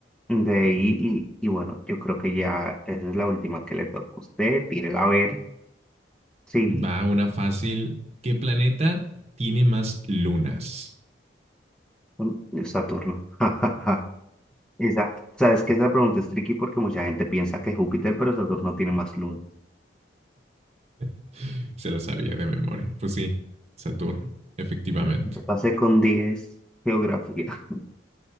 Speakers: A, in the centre; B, on the right.
A: de ahí, y, y bueno, yo creo que ya esa es la última que le toca a usted. Tírela a ver. Sí,
B: Va, una fácil. ¿Qué planeta tiene más lunas?
A: mm, Saturno. <laughs> Esa, sabes que esa pregunta es tricky porque mucha gente piensa que Júpiter, pero Saturno tiene más lunas.
B: <laughs> Se lo sabía de memoria. Pues sí, Saturno, efectivamente.
A: Yo pasé con 10. geografía. <laughs>